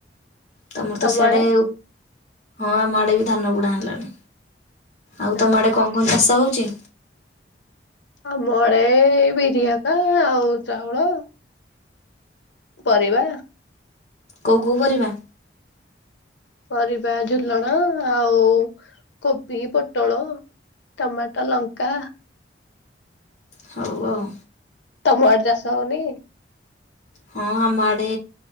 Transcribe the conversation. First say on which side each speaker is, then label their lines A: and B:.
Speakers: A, on the left; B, on the left.
A: ତମର
B: ତମ
A: ତ ସିଆଡେ
B: ଆଡେ
A: ଉପ ହଁ ଆମ ଆଡେ ବି ଧାନ ବୁଣା ହେଲାଣି। ଆଉ
B: ହଁ
A: ତମ ଆଡେ କଣ କଣ ଚାଷ ହଉଛି।
B: ଆମ ଆଡେ ବିରି ହକା ଆଉ ଚାଉଳ। ପରିବା।
A: କୋଉ କୋଉ ପରିବା।
B: ପରିବା ଝୁଲଣା ଆଉ କୋବି ପୋଟଳ। ଟମାଟୋ ଲଙ୍କା।
A: ହଉ ଆଉ।
B: ତମ ଆଡେ ଚାଷ ହଉନି କି।
A: ହଁ ଆମ ଆଡେ